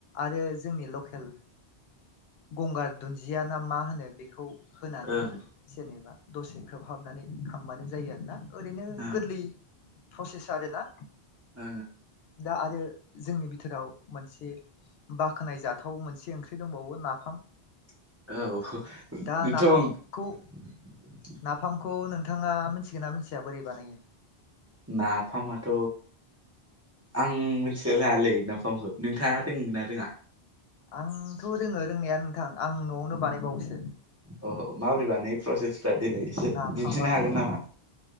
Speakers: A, on the left; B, on the right.
A: आरो जोंनि लकेल गंगार दुन्जिया ना मा होनो बेखौ होनानै
B: ओं
A: जेनेबा दसे खोबहाबनानै खांबानो जायो आरोना ओरैनो
B: ओं
A: गोरलै प्रसेस आरोना
B: ओ
A: दा आरो जोंनि बिथोराव मोनसे बाखोनाय जाथाव मोनसे ओंख्रि दंबावो नाफाम
B: औ
A: दा नाफामखौ
B: बेथ'
A: नाफामखौ नोंथाङा मिथिगोन ना मिथिया बोरै बानायो
B: नाफामाथ' आं मोनथिलाय लांयालै नाफामखौ नोंथाङा रोङो ना रोङा
A: आंथ' रोङो रोंनाया नोंथां आं न'आवनो बानायबावोसो
B: अ माबोरै बानायो प्रसेस दिनै से
A: नाफामाथ'
B: दिन्थिनो हागोन नामा